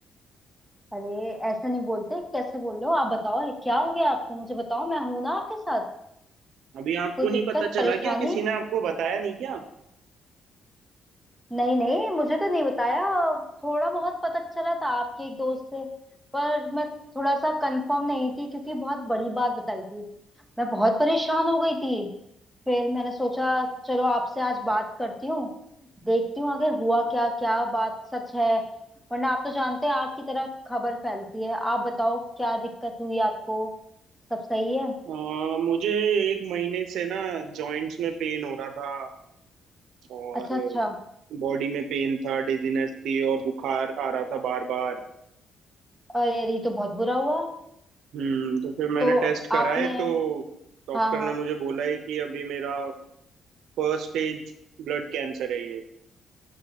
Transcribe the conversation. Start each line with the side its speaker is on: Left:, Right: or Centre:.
Centre: अरे ऐसे नहीं बोलते कैसे बोल रहे हो आप बताओ है क्या हो गया आपको मुझे बताओ मैं हूं ना आपके साथ
Right: अभी आपको
Centre: कोई
Right: नहीं
Centre: दिक्कत
Right: पता चला
Centre: परेशानी
Right: क्या किसी ने आपको बताया नहीं क्या
Centre: नहीं नहीं मुझे तो नहीं बताया थोड़ा बहुत पता चला था आपके एक दोस्त से पर मैं थोड़ा सा कंफर्म नहीं थी क्योंकि बहुत बड़ी बात बताई थी मैं बहुत परेशान हो गई थी फिर मैंने सोचा चलो आपसे आज बात करती हूँ देखती हूँ आखिर हुआ क्या क्या बात सच है वरना आप तो जानते हैं आपकी तरफ खबर फैलती है आप बताओ क्या दिक्कत हुई आपको सब सही है
Right: अ, मुझे एक महीने से ना जॉइंट्स में पेन हो रहा था और
Centre: अच्छा अच्छा
Right: बॉडी में पेन था डिजीनेस थी और बुखार आ रहा था बार बार
Centre: अरे अरे ये तो बहुत बुरा हुआ
Right: हम्म तो फिर मैंने
Centre: तो
Right: टेस्ट कराए
Centre: आपने
Right: तो डॉक्टर
Centre: हाँ हाँ
Right: ने मुझे बोला है कि अभी मेरा फर्स्ट स्टेज ब्लड कैंसर है ये